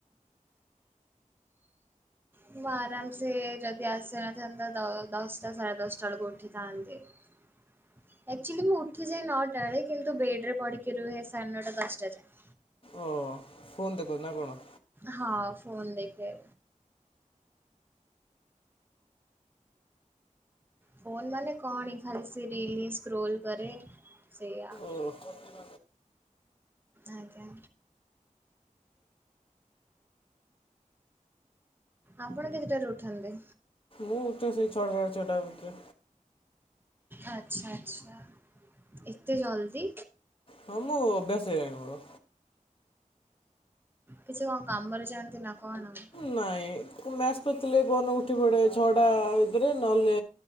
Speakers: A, on the right; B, on the left.
A: ମୁଁ ଆରାମସେ ଯଦି ଆସିନଥାନ୍ତା ଦ ଦଶଟା ସାଢେ ଦଶଟା ବେଳକୁ ଉଠିଥାନ୍ତି। <unintelligible> ଆକ୍ଚୁଲି ମୁଁ ଉଠିଯାଏ ନଅଟାଆଳେ କିନ୍ତୁ ବେଡ୍ ରେ ପଢିକି ରୁହେ ସାଢେ ନଅଟା ଦଶଟା ଯାଏଁ।
B: ଓ ହୋ ଫୋନ୍ ଦେଖ ନା କଣ?
A: ହଁ ଫୋନ୍ ଦେଖେ। ଫୋନ୍ ମାନେ କଣ ଏଇ ଖାଲି ରିଲ୍ ହିଁ ସ୍କ୍ରୋଲ୍ କରେ ସେଇଆ।
B: ଓ ହୋ ହୋ
A: ଆଜ୍ଞା ଆପଣ କେତେଟାରୁ ଉଠନ୍ତି?
B: ମୁଁ ଉଠେ ସେଇ ଛଅଟା ସାଢେ ଛଅଟା ଭିତରେ।
A: ଆଚ୍ଛା ଆଚ୍ଛା ଏତେ ଜଲଦି
B: ହଁ ମୁଁ ଅଭ୍ୟାସ ହେଇଗଲାଣି ମୋର।
A: କିଛି କଣ କାମରେ ଯାଆନ୍ତି ନା କଣ ଆଉ?
B: ନାଇଁ ମ୍ୟାଚ୍ ଫ୍ୟାଚ୍ ଥିଲେ କୋଉଦିନ ଉଠି ପଡେ ଛଅ ଟା ଭିତରେ ନହେଲେ